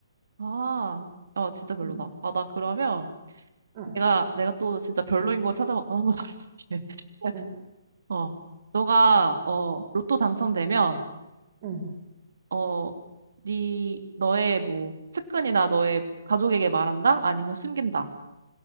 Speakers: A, on the right; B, on the right.
A: 아, 어, 진짜 별로다.
B: 응,
A: 아, 나 그러면
B: 응,
A: 내가, 내가 또 진짜 별로인 거 찾아봤거나 한번 말해줄게. <laughs>
B: 응,
A: 어, 너가, 어, 로또 당첨되면,
B: 응.
A: 어, 네, 너의 뭐, 측근이나 너의 가족에게 말한다? 아니면 숨긴다?